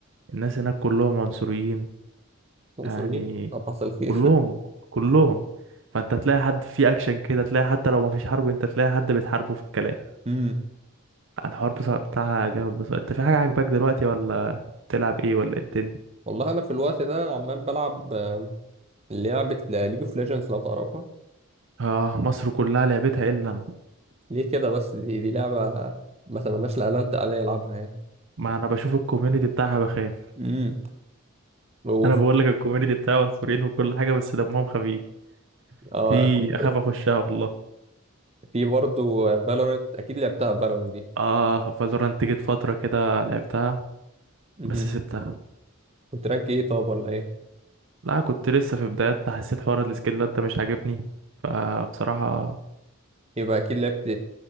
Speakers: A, on the right (about 60°); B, on the right (about 30°).
A: الناس هناك كلهم عنصريين
B: عنصريين
A: يعني
B: طب حصل خير
A: كلهم كلهم فانت تلاقي حد فيه أكشن كده تلاقي حتى لو مفيش حرب انت تلاقي حد بتحاربه في الكلام
B: <laughs> امم
A: الحوار بصراحة بتاعها جامد بصراحة انت في حاجة عاجباك دلوقتي ولا بتلعب ايه ولا ايه الدنيا؟
B: والله انا في الوقت ده عمال بلعب آه، لعبة ليج اوف ليجندز لو تعرفها
A: اه مصر كلها لعبتها الا انا
B: ليه كده بس دي, دي لعبة ما تمناش لألد عليا يلعبها يعني
A: ما انا بشوف الكوميونتي بتاعها بخاف
B: امم وف-
A: انا بقول لك الكوميونتي بتاعها عنصريين وكل حاجه بس دمهم خفيف
B: آه
A: دي
B: <laughs>
A: اخاف اخشها والله
B: في برضو فالورنت اكيد لعبتها فالورنت دي
A: اه فالورانت جيت فتره كده لعبتها
B: امم
A: بس سبتها
B: كنت رانك ايه طب ولا ايه
A: لا كنت لسه في بدايات حسيت حوار السكيلات ده مش عاجبني فبصراحه
B: يبقى اكيد لعبت